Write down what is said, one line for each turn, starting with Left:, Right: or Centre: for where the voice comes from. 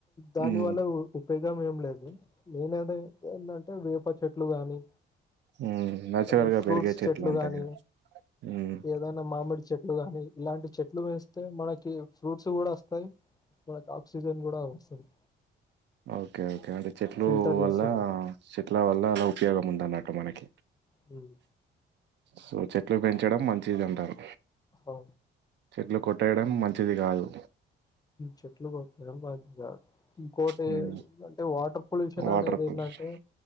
Left: దాని
Right: హ్మ్.
Left: వల్ల ఊగుతాయి పెదం ఏం లేదు నేనేద ఏంటంటే వేప చెట్లు గాని
Right: హ్మ్. నేచురల్‌గా
Left: కనీ ఫ్రూట్స
Right: పెరిగే
Left: చెట్లు
Right: ఉంటాయి
Left: గానీ
Right: గదా! హ్మ్.
Left: ఏదైనా మామిడి చెట్లు గానీ ఇలాంటి చెట్లు వేస్తే మనకి ఫ్రూట్స్ కూడా వస్తాయి మనకి ఆక్సిజన్ కూడా వస్తుంది
Right: ఓకే ఓకే అంటే చెట్లు
Left: ఫిల్టర్
Right: వల్ల
Left: చేస్తుంది
Right: చెట్ల వల్ల అలా ఉపయోగం ఉంద అన్నట్టు మనకి
Left: హ్మ్మ్
Right: సో చెట్లు పెంచడం మంచిది అంటారు
Left: ఓ
Right: చెట్లు కొట్టేయడం మంచిది కాదు
Left: చెట్లు కొట్టేయడం మంచిది కాదు ఇంకోటి
Right: హ్మ్.
Left: అంటే వాటర్ పొల్యుషన్
Right: వాటర్
Left: అనేది
Right: పొల్యూషన్
Left: ఏందంటే